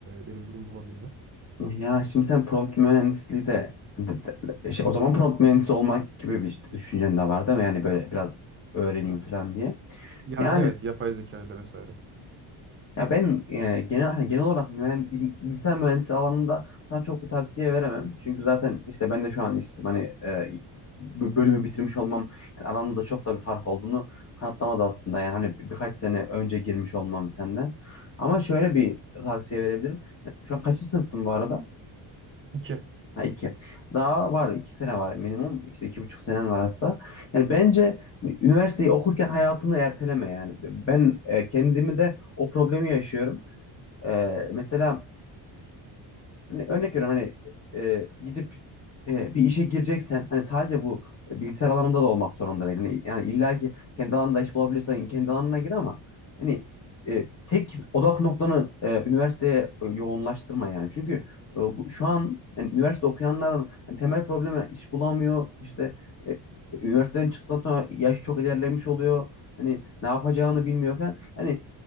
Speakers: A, on the right; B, on the left.
A: benim durumda olan birine?
B: ya şimdi sen prompt mühendisliği de de- şey, o zaman prompt mühendisi olmak gibi bir işte düşüncen de var değil mi? Yani böyle biraz öğreneyim falan diye.
A: Yani
B: Yani
A: evet yapay zeka ile vesaire.
B: Ya ben e, genel hani genel olarak mühen- bilgisayar mühendisi alanında sana çok bir tavsiye veremem. Çünkü zaten işte ben de şu an işte hani e, b- bölümü bitirmiş olmam yani aramızda çok da bir fark olduğunu kanıtlamaz aslında. Yani hani bir- birkaç sene önce girmiş olmam senden. Ama şöyle bir tavsiye verebilirim. Yani Şu an kaçıncı sınıftın bu arada?
A: İki.
B: Ha iki. Daha var iki sene var minimum. İşte iki buçuk senen var hatta. Yani bence hani üniversiteyi okurken hayatını erteleme yani. Ben e, kendimi de o problemi yaşıyorum. Ee, mesela hani örnek veriyorum hani e, gidip e, bir işe gireceksen hani sadece bu bilgisayar alanında da olmak zorunda değil. Yani, yani illa ki kendi alanında iş bulabiliyorsan kendi alanına gir ama hani e, tek odak noktanı e, üniversiteye yoğunlaştırma yani. Çünkü e, bu, şu an yani üniversite okuyanların hani temel problemi iş bulamıyor. İşte e, üniversiteden çıktıktan sonra yaş çok ilerlemiş oluyor. Hani ne yapacağını bilmiyor falan. Hani